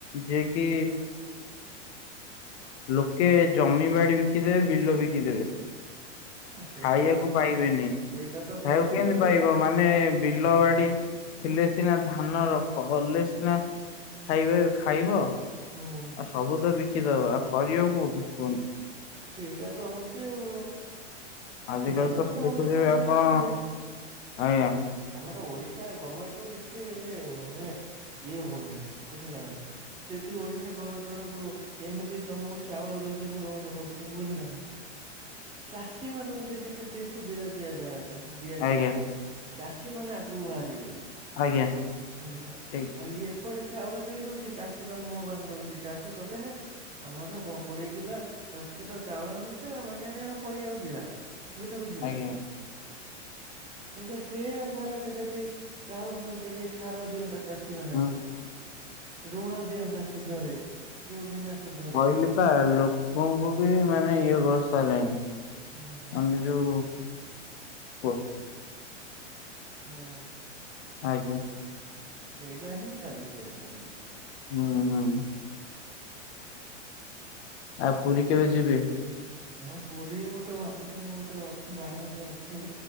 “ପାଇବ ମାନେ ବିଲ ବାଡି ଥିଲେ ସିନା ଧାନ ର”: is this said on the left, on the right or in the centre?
Left